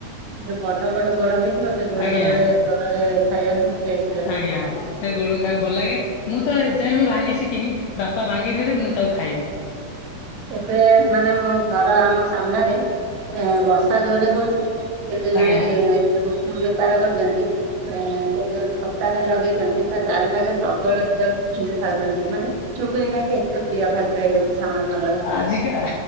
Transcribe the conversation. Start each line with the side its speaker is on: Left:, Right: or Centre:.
Right: ଯୋଉ ବଡ ବଡ ଗୋଡ ହେଇଥିବ ସେ ଗୋଡରେ
Left: ଆଜ୍ଞା
Right: ଗୋଡରେ ଖାଇବାକୁ ଟେଷ୍ଟ୍
Left: ଆଜ୍ଞା। ସେ ଗୋଡ ଖାଇବାକୁ ଭଲ ଲାଗେ ମୁଁ ତ ଏ ଯାଏଁ ବିି ଭାଙ୍ଗି ଶିଖିନି ବାପା ଭାଙ୍ଗିଦେବେ ମୁଁ ତାକୁ ଖାଇବି।
Right: ଏବେ ମାନେ ମୋ ଘର ଆମ ସାମ୍ନାରେ ଏଁ ବସ ର୍ଷା ଜୋରେ ହୋଉଚି ଏଇଠି
Left: ଆଜ୍ଞା।
Right: ଜଣେ ଗୁପଚୁପ୍ ବେପାର କରୁଚନ୍ତି ଏ ସେ ଯୋଉ ଛତାଟା ଲଗେଇଚନ୍ତି ତା ଚାରିପାଖେ ପ୍ରବଳ ଝିଅ ଗୁପଚୁପ୍ ଖାଉଚନ୍ତି ମାନେ ଗୁ ପଚୁପ ଏଇନାକେ ଏତେ ପ୍ରିୟ ଖାଦ୍ୟ ହେଇଯାଉଚି ସମସ୍ତଙ୍କର।
Left: ଆଜିକା